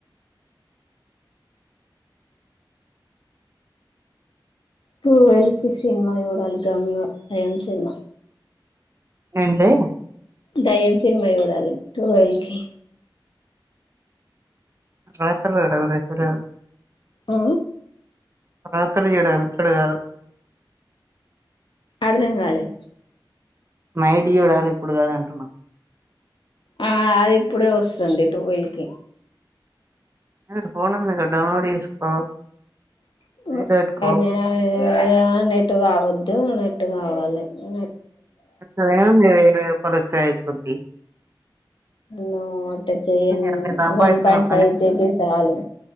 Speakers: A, on the left; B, on the right.
A: టువెల్వ్ కి సినిమా చూడాలి గంగ దెయ్యం సినిమా
B: ఏంది
A: దయ్యం సినిమా చూడాలి టువెల్ కి
B: రాత్రిళ్లు <unintelligible>
A: ఓ
B: రాత్రి ఈడ <unintelligible> కాదు
A: అడ్దంగాలే
B: నైట్ చూడాలి ఇప్పుడు కాదు అంటున్నా
A: ఆ అది ఇప్పుడే వస్తుంది టూవెల్ కి
B: ఏ ఫోనుంది డౌన్లోడ్ చేసుకో
A: <unintelligible>
B: నైట్ పెట్టుకో
A: నెట్టు కావద్దు నెట్టు కావాలి నె
B: <unintelligible>
A: నో అట్ట చెయ్యన్
B: అన్ని
A: నేను
B: సంపాదిస్తున్నాం
A: వన్ పాయింట్ ఫైవ్ జీబి సాలు